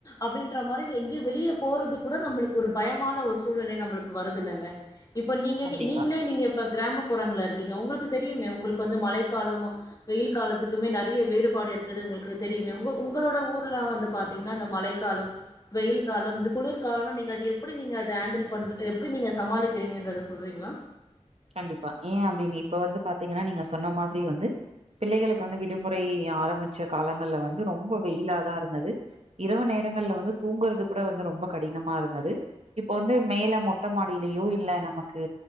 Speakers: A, on the left; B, on the right.
A: அப்டின்ற மாரி எங்கேயு வெளிய போறதுக்கூட நம்மளுக்கு ஒரு பயமான ஒரு சூழ்நெலை நம்மளுக்கு வருது இல்லங்க இப்போ நீங்க
B: கண்டிப்பா
A: நீ நீங்களே நீங்க இப்ப கிராமப்புறங்கள்ல இருக் க்கீங்க உங்களுக்கு தெரியுமே உங்களுக்கு வந்து மழைக்கால வெய்யிலு காலத்துக்குமே நெறைய வேறுபாடு இருக்குது உங்களுக்கு தெரியுமே உங்க உங்களோட ஊருல வந்து பாத்தீங்கன்னா இந்த மழைக்கால வெயில் காலம் இந்த குளுர் காலம்லா நீங்க அது எப்டி நீங்க அத ஹேண்டில் பண் எப்டி நீங்க சமாளிக் கிறீங்கங்கறத சொல்றீங்களா
B: கண்டிப்பா ஏன் அப்டின்னு இப்ப வந்து பாத்தீங்கன்னா நீங்க சொன்ன மாத்ரி வந்து பிள்ளைகளுக்கு வந்து விடுமுறை ஆரம்மி ச்ச காலங்கள்ல வந்து ரொம்ப வெயிலாதா இருந்தது இரவு நேரங்கள்ல வந்து தூங்குறது கூட வந்து ரொம்ப கடினமா இருந்தது இப்ப வந்து மேல மொட்ட மாடியிலயோ இல்ல நமக்கு